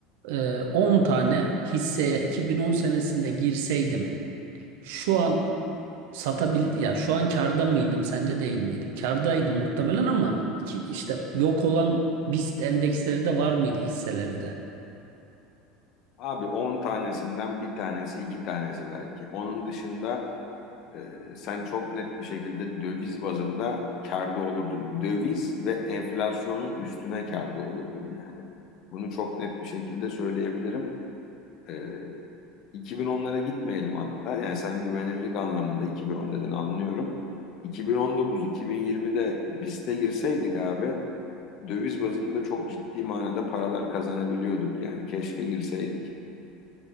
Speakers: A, on the right (about 65°); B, on the left (about 50°).
A: e, 10 tane hisseye 2010 senesinde girseydim şu an satabildi ya şu an karda mıydım sence değil miydim? Kardaydım muhtemelen ama ki işte yok olan BIST endeksleri de var mıydı hisseleri de?
B: Abi 10 tanesinden bir tanesi iki tanesi belki. Onun dışında e, sen çok net bir şekilde döviz bazında kârda olurdun. Döviz ve enflasyonun üstüne kârda olurdun yani. Bunu çok net bir şekilde söyleyebilirim. E, 2010'lara gitmeyelim hatta. Yani sen güvenirlik anlamında 2010 dedin anlıyorum. 2019-2020'de BIST'e girseydik abi döviz bazında çok ciddi manada paralar kazanabiliyorduk yani keşke girseydik.